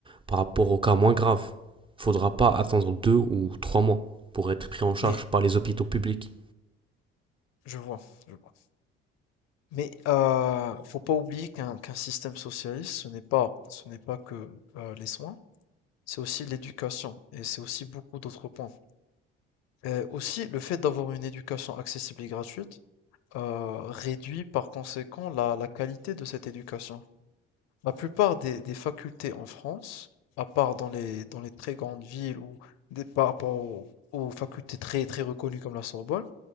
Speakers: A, on the right; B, on the left.
A: par rapport au cas moins grave faudra pas attendre deux ou trois mois pour être pris en charge
B: mais
A: par les hôpitaux publics.
B: je vois, je vois. Mais euh, faut pas oublier qu'un qu'un système socialiste, ce n'est pas, ce n'est pas que euh, les soins, c'est aussi l'éducation et c'est aussi beaucoup d'autres points. Euh, aussi, le fait d'avoir une éducation accessible et gratuite euh, réduit par conséquent la, la qualité de cette éducation. La plupart des, des facultés en France, à part dans les, dans les très grandes villes ou des, par rapport aux, aux facultés très, très reconnues comme la Sorbonne,